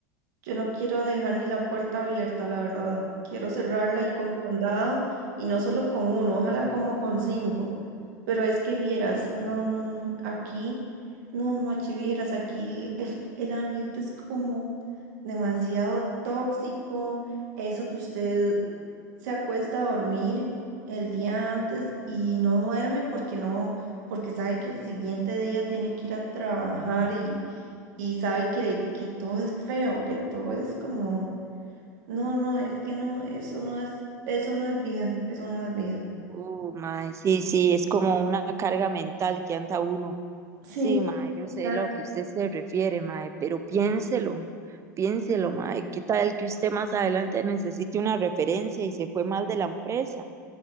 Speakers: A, on the right (about 65°); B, on the right (about 30°).
A: Yo no quiero dejar ni la puerta abierta, la verdad. Quiero cerrarla y con candado, y no solo con uno, ojalá como con cinco. Pero es que vieras, no, no, no, aquí, no, machi, vieras, aquí el, el- el ambiente es como demasiado tóxico. Eso que usted se acuesta a dormir el día antes y no duerme porque no, porque sabe que el siguiente día tiene que ir a trabajar y sabe que, le- que todo es feo, que todo es como, no, no, es que no, eso no es, eso no es vida, eso no es vida.
B: Uh, mae, sí, sí, es como una carga mental que anda uno
A: Sí,
B: Sí, mae, yo
A: exacto.
B: sé lo que usted se refiere, mae, pero piénselo, piénselo, mae, ¿qué tal que usted más adelante necesite una referencia y se fue mal de la empresa?